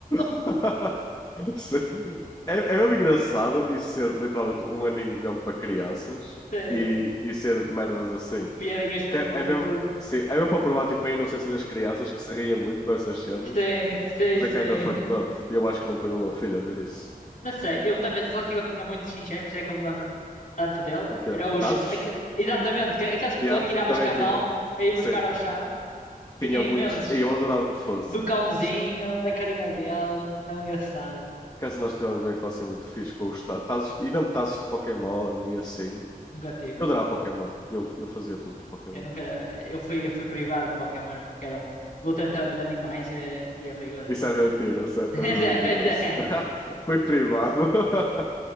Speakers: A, on the left; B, on the left.
A: <laughs>
B: <laughs> Sim. É, é mesmo engraçado isso ser literalmente um anime mesmo para crianças
A: Sim,
B: e, e ser merdas assim.
A: piadinhas mesmo,
B: Que é, é
A: tipo,
B: mesmo, sim, é mesmo para provar tipo, a inocência das crianças que se riem muito com essas cenas.
A: sim, sim,
B: Mas
A: sim.
B: é kinda fucked up. E Eu acho que não ponho o meu filho a ver isso.
A: Não sei, eu também, sabe o que é que eu tinha muito de Shin Chan, por isso é que eu me lembro tanto dele?
B: O quê?
A: Era os,
B: Tazos?
A: aque- exatamente, que- aqueles que
B: Yeah,
A: tu atiravas
B: também
A: com a
B: tinha.
A: mão para ir buscar
B: Sim,
A: ao chão.
B: tinha
A: Tinha imensos.
B: muitos. Ei, Eu adorava. Fosse.
A: Do cãozinho,
B: Isto-
A: da carinha dele, tão engraçado.
B: Caso nós tivemos uma infância muito fixe com os ta- tazos. E mesmo tazos de Pokémon e assim.
A: Nunca tive.
B: Eu adorava Pokémon. Eu, eu fazia tudo por Pokémon.
A: Eu nunca, eu fui, eu fui privado de Pokémon porque era um luta entre animais eh, e é perigoso
B: Isso
A: isso.
B: é mentira, sério,
A: <laughs>
B: estás
A: Pois
B: a mentiroso.
A: é, pois é.
B: <laughs> Foi privado. <laughs>